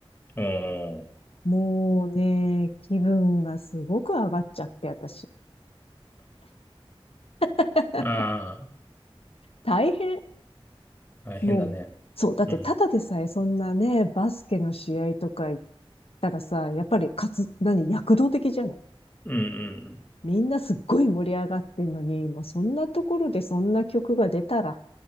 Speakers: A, on the left; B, on the left.
A: おー
B: もうね、気分がすごく上がっちゃって、私。<laughs>
A: <laughs> あ
B: 大変
A: あー大変だね。
B: もう、そう、だってただでさえそんなね、
A: うん
B: バスケの試合とか行ったらさ、やっぱりかつ、何、躍動的じゃない
A: うん
B: みんなすっごい盛り上がってんのに、もうそんなところでそんな曲が出たら、